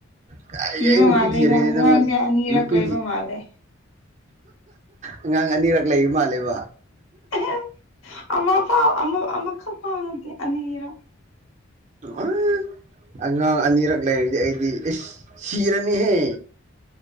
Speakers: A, on the right; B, on the left.
A: ꯀ ꯑꯩ
B: ꯊꯤꯕ
A: ꯅꯨꯄꯤ
B: ꯃꯥꯜꯂꯦꯗ
A: ꯊꯤꯔꯦꯗꯤ
B: ꯑꯉꯥꯡꯁꯦ
A: ꯅꯪꯉꯣꯟ
B: ꯑꯅꯤꯔꯛ
A: ꯅꯨꯄꯤ
B: ꯂꯩꯕ ꯃꯥꯜꯂꯦ
A: ꯑꯉꯥꯡ ꯑꯅꯤꯔꯛ ꯂꯩ ꯃꯥꯜꯂꯦꯕ
B: ꯑꯦꯍ ꯑꯃ ꯄꯥꯎ ꯑꯃ ꯑꯃꯈꯛ ꯄꯥꯎ ꯅꯠꯇꯦ ꯑꯅꯤꯔꯛ
A: ꯑ ꯑꯉꯥꯡ ꯑꯅꯤꯔꯛ ꯂꯩꯔꯗꯤ ꯑꯩꯗꯤ ꯑꯦꯁ ꯁꯤꯔꯅꯤꯍꯦ